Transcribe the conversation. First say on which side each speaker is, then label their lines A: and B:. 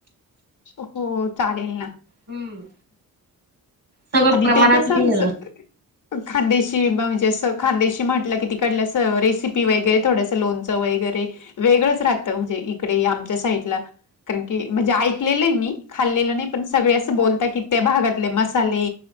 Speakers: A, on the left; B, on the right.
A: हो, चालेल ना.
B: हम्म. सगळं
A: आणि
B: प्रमाणात
A: ते कसं
B: लिहिलेलं
A: असं? खान्देशी बा म्हणजे असं, खांदेशी म्हटलं की तिकडलं असं रेसिपी वगैरे, थोडसं लोण -चं वगैरे वेगळंच राहतं म्हणजे इकडे आमच्या साईटला. कारण की, म्हणजे ऐकलेलं ए मी. खाल्लेलं नाई. पण सगळे अस बोलता की त्या भागातले मसाले,